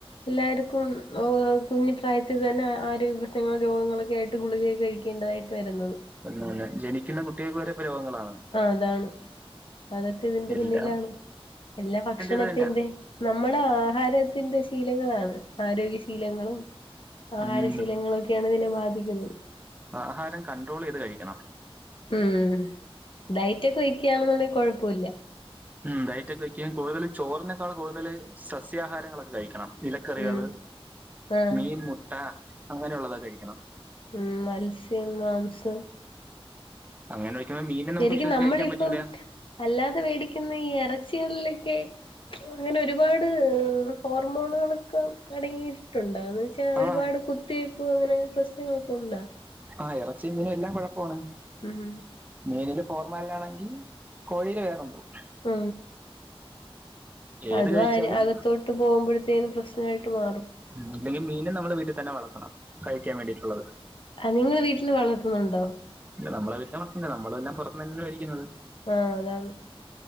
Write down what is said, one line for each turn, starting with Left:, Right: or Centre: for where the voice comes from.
Left: എല്ലാവർക്കും കുഞ്ഞി പ്രായത്തിൽ തന്നെ ആരോഗ്യ രോഗങ്ങളൊക്കെ ആയിട്ട് ഗുളികയ്ക്ക് കഴിക്കേണ്ടതായിട്ട് വരുന്നത്
Right: അങ്ങനെ ജനിക്കുന്ന കുട്ടികൾക്ക് വരെ രോഗങ്ങളാണ്
Left: ആ അതാണ് അതൊക്കെ ഇതിന്റെ
Right: എല്ലാം
Left: പിന്നിലാണ് എല്ലാ ഭക്ഷണത്തിന്റെ
Right: ഇത് തന്നെയാ
Left: നമ്മുടെ ആഹാരത്തിന്റെ ശീലങ്ങളാണ് ശീലങ്ങൾ ആണ് ശീലങ്ങളാണ് ആരോഗ്യശീലങ്ങളും ആഹാര
Right: ഉം
Left: ശീലങ്ങളും ഒക്കെയാണ് ഇതിനെ ബാധിക്കുന്നത്
Right: ആഹാരം കണ്ട്രോൾ കൺട്രോൾ ചെയ്ത് കഴിക്കണം
Left: ഉം ഡയറ്റ് ഒക്കെ വെക്കുന്നുണ്ടെങ്കിൽ കുഴപ്പമില്ല
Right: ഉ് ഡയറ്റൊക്കെ വെക്കുകയും കൂടുതും ചോറിനേക്കാൾ കൂടുതൽ സസ്യാഹാരങ്ങളൊക്കെ കഴിക്കണം ഇലക്കറികള്
Left: ഉം ആഹ്
Right: മീൻ മുട്ട അങ്ങനെയുള്ളത് കഴിക്കണം
Left: ഉം മത്സ്യം മാംസം
Right: അങ്ങനെ വെക്കുമ്പോ മീനെ നമുക്ക്
Left: ശരിക്കും
Right: വിശ്വസിച്ച്
Left: നമ്മളിപ്പോ
Right: കഴിക്കാൻ പറ്റൂല
Left: അല്ലാതെ മേടിക്കുന്ന ഈ ഇറച്ചികളിലൊക്കെ അങ്ങനെ ഒരുപാട് ഹോർമോണുകൾ അടങ്ങിയിട്ടുണ്ടെന്ന് വെച്ചാ ഒരുപാട്
Right: ആഹ്
Left: കുത്തിവെപ്പ് അങ്ങനെ പ്രശ്നങ്ങളൊക്കെ ഉണ്ട
Right: ആഹ ഇറച്ചിയും മീനും എല്ലാം കുഴപ്പമാണ്
Left: ഉ ഹ
Right: മീനില് ഫോർമാലിനാണെങ്കിൽ കോഴിൽ വേറെണ്ടോ <unintelligible>
Left: ആ
Right: ഏത്
Left: അത്
Right: കഴിച്ചാലും
Left: അകത്തോട്ട് പോകുമ്പോഴത്തേനും പ്രശ്നമായിട്ട് മാറും
Right: ഉം ഇല്ലെങ്കിൽ മീനും നമ്മൾ വീട്ടിൽ തന്നെ വളർത്തണം കഴിക്കാൻ വേണ്ടിയിട്ടുള്ളത്
Left: അത് നിങ്ങള് വീട്ടില് വളർത്തുന്നുണ്ടോ
Right: ഇല്ല നമ്മളെ വീട്ടിലും വളർത്തുന്നില്ല നമ്മളും എല്ലാം പുറത്തു തന്നാണ് വെടിക്കുന്നത്
Left: ആഹ് അതാണ്